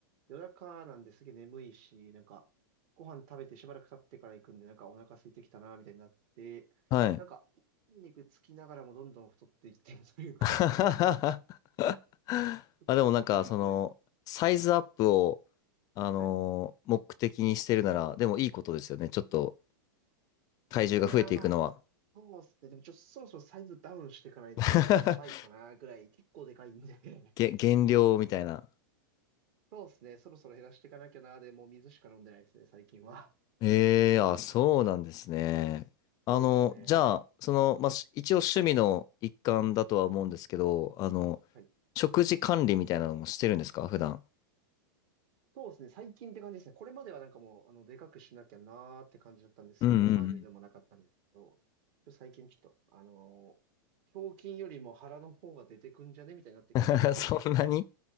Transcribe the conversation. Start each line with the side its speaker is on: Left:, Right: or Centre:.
Right: 夜中なんですげえ眠いし、なんか、ご飯食べてしばらく経ってから行くんで、なんかお腹空いてきたな、みたいになって、
Left: はい。
Right: なんか、筋肉つきながらもどんどん太っていってるというか、
Left: <laughs> あ、
Right: ちょっとそろそろやばいか。
Left: でもなんか、その、サイズアップを、あのー目的にしてるなら、
Right: はい。
Left: でもいいことですよね。ちょっと体重が増えていくのは。
Right: いやーまあ、そうっすね。でもちょっとそろそろサイズダウンしていかないと、
Left: <laughs>
Right: なんかやばいかな、ぐらい、結構でかいんで。<laughs>
Left: げ、減量みたいな。
Right: そうっすね。そろそろ減らしていかなきゃな、でもう水しか飲んでないですね、最近は。
Left: ええあ、そうなんですね。あの、
Right: そうっすね。
Left: じゃあ、その、まあ、し一応趣味の一環だとは思うんですけど、あの、
Right: はい
Left: 食事管理みたいなのもしてるんですか、普段。
Right: そうですね。最近って感じですね。これまではなんかもう、あの、でかくしなきゃなーって感じだったんで、そこまででもなかったんですけど、
Left: うんうん
Right: ちょ最近ちょっと、あのー胸筋よりも腹の方が出てくんじゃねみたいになってきたんで、
Left: うん。<laughs> そんなに